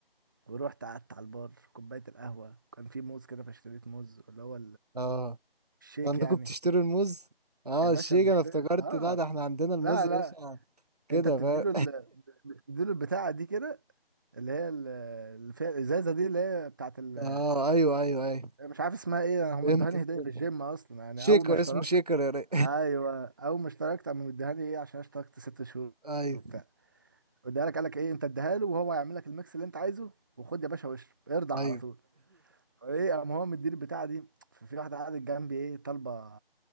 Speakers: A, on the right (about 20°); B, on the right (about 40°).
A: ورحت قعدت على البار كوباية القهوة كان في موز كده فاشتريت موز اللي هو
B: اه
A: الشيك
B: عندكم
A: يعني
B: بتشتروا الموز اه
A: يا باشا
B: الشيك
A: بنشتري
B: انا افتكرت
A: اه
B: لا ده احنا عندنا الموز
A: لا
B: يا
A: لا
B: باشا كده
A: انت بتديله
B: فاهم
A: ال... بتديله البتاعه دي كده اللي هي ال- اللي فيها الازازه دي اللي هي بتاعت ال...
B: <laughs> اه ايوه ايوه ايوه
A: مش عارف اسمها ايه هم
B: فهمتك
A: ادوهاني هديه
B: فهمتك
A: في الجيم اصلا يعني
B: شيكر
A: اول ما اشتركت
B: اسمه شيكر يا ري
A: ايوه اول ما اشتركت قاموا مديهاني ايه عشان اشتركت ست شهور
B: <laughs> ايوه
A: وبتاع اديها لك قال لك ايه انت اديها له وهو هيعمل لك الميكس اللي انت عايزه وخد يا باشا واشرب ارضع
B: ايوه
A: على طول ايه قام هو مديني البتاعه دي ففي واحده قعدت جنبي ايه طالبه